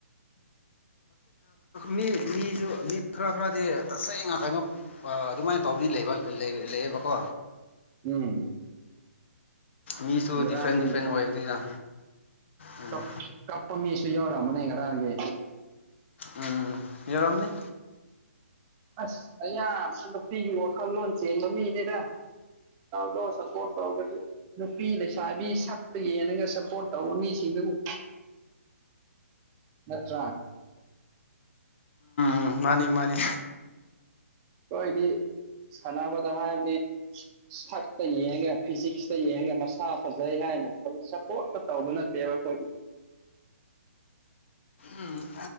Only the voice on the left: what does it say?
ꯃꯤ ꯃꯤꯁꯨ ꯃꯤ ꯈꯔ ꯈꯔꯗꯤ ꯇꯁꯦꯡꯅ ꯀꯩꯅꯣ ꯑꯗꯨꯃꯥꯏꯅ ꯇꯧꯕꯤ ꯑꯗꯨ ꯂꯩ ꯂꯩꯌꯦꯕꯀꯣ
ꯃꯤꯁꯨ
ꯗꯤꯐ꯭ꯔꯦꯟ ꯗꯤꯐ꯭ꯔꯦꯟ ꯑꯣꯏꯕꯅꯤꯅ ꯎꯝ
ꯎꯝ ꯌꯔꯣꯝꯅꯤ
ꯎꯝ ꯃꯥꯅꯤ ꯃꯥꯅꯤ
ꯎꯝ